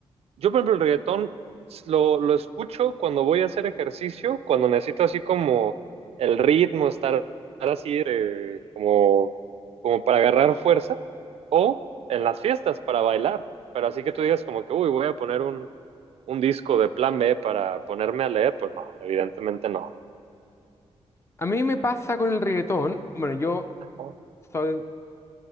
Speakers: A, on the right; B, on the left.
A: yo, por ejemplo, el reggaetón lo, lo escucho cuando voy a hacer ejercicio, cuando necesito así como el ritmo, estar, estar así eh, como, como para agarrar fuerza, o en las fiestas para bailar. Pero así que tú digas como que, uy, voy a poner un, un disco de plan B para ponerme a leer, pues no, evidentemente no.
B: A mí me pasa con el reggaetón, bueno, yo
A: ¿no?
B: soy